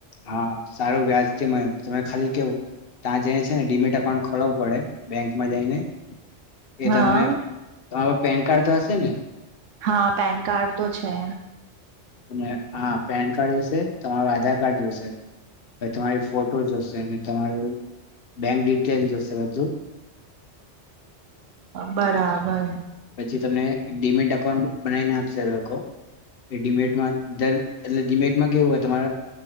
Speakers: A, on the left (about 50°); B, on the right (about 80°).
A: હા સારું વ્યાજથી મ તમે ખાલી કેવું તા જાય છે ને ડીમેટા પણ ખોલાવું પડે બેંકમાં જઈને
B: હા
A: એ તમને આવક પેન કાર્ડ તો હશે ને?
B: હા પેન કાર્ડ તો છે.
A: અને હા પેન કાર્ડ જોશે તમારું આધાર કાર્ડ જોશે પ તમારી ફોટો જોશે તમારું બેંક ડિટેલ જોશે બધુ
B: બરાબર
A: પછી તમને ઈ ડીમેન્ટ એકાઉન્ટ બનાવીને આપશે એ લોકો એ ડિમેટમાં એટલે ડિમેટમાં કેવું હોય તમારે